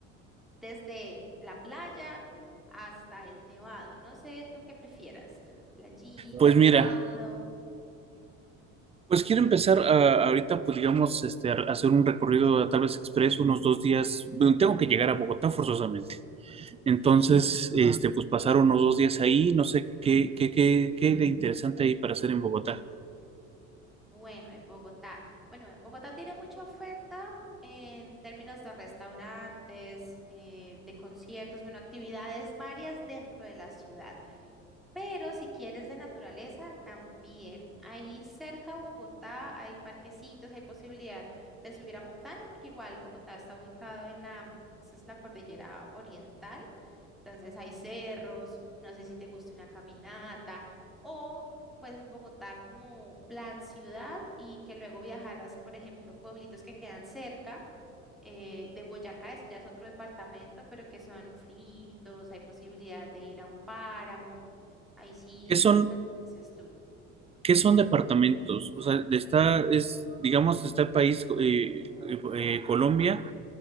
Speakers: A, in the centre; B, on the right.
A: desde la playa hasta el nevado. No sé tú qué prefieras, playita,
B: Pues mira,
A: nevado.
B: pues quiero empezar a- ahorita, pues digamos, este, a hacer un recorrido tal vez expreso, unos dos días. Bueno, Tengo que llegar a Bogotá forzosamente. Entonces, este, pues pasar unos dos días ahí, no sé qué, qué, qué, qué de interesante hay para hacer en Bogotá.
A: Bueno, en Bogotá. Bueno, en Bogotá tiene mucha oferta en términos de restaurantes, eh, de conciertos, bueno, actividades varias dentro de la ciudad. Pero si quieres de naturaleza, también. Ahí cerca a Bogotá hay parquecitos, hay posibilidad de subir a montaña, porque igual Bogotá está ubicado en la, esa es la cordillera oriental. Entonces hay cerros, no sé si te gusta una caminata o pues en Bogotá como plan ciudad y que luego viajaras, por ejemplo, pueblitos que quedan cerca eh, de Boyacá, eso ya es otro departamento, pero que son fritos, hay posibilidad de ir a un páramo, ahí sí,
B: ¿Qué son
A: pues ¿qué dices tú.
B: ¿Qué son departamentos? O sea, está, es, digamos, está el país, eh, eh, Colombia,